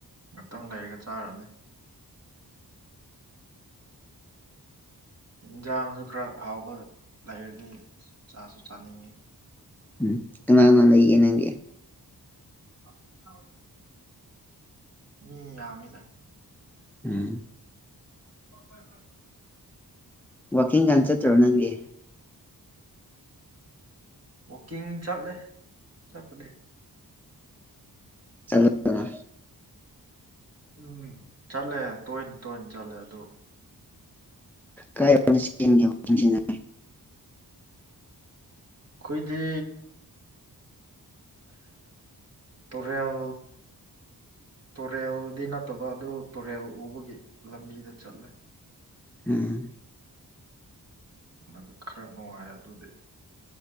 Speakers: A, on the right; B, in the centre.
A: ꯉꯥꯛꯇꯪ ꯂꯩꯔꯒ ꯆꯥꯔꯅꯤ ꯏꯟꯖꯥꯡꯁꯨ ꯈꯔ ꯍꯥꯎꯕ ꯂꯩꯔꯗꯤ ꯆꯥꯁꯨ ꯆꯥꯅꯤꯡꯉꯤ
B: ꯎꯝ ꯀꯅꯥ ꯀꯅꯥ ꯂꯩꯒꯦ ꯅꯪꯒꯤ
A: ꯑ ꯑ ꯃꯤ ꯌꯥꯃꯤꯗ
B: ꯎꯝ
A: ꯍ ꯍꯣꯏ ꯍꯣꯏ
B: ꯋꯥꯀꯤꯡ ꯀꯥꯟ ꯆꯠꯇ꯭ꯔꯣ ꯅꯪꯒꯤ
A: ꯋꯥꯀꯤꯡ ꯆꯠꯂꯦ ꯆꯠꯄꯗꯤ
B: ꯆꯠꯂꯣꯗꯅ
A: ꯎꯝ ꯆꯠꯂꯦ ꯇꯣꯏꯅ ꯇꯣꯏꯅ ꯆꯠꯂꯦ ꯑꯗꯨ
B: ꯀꯥꯏ ꯃꯔꯁꯤꯟꯒꯤꯟꯁꯤꯅꯦ
A: ꯑꯩꯈꯣꯏꯗꯤ ꯇꯨꯔꯦꯜ ꯇꯨꯔꯦꯜꯗꯤ ꯅꯠꯇꯕ ꯑꯗꯨ ꯇꯨꯔꯦꯜ ꯎꯕꯒꯤ ꯂꯝꯕꯤꯗ ꯆꯠꯂꯦ
B: ꯎꯝ
A: ꯑꯗꯨꯒ ꯈꯔ ꯅꯨꯡꯉꯥꯏꯔꯦ ꯑꯗꯨꯗꯤ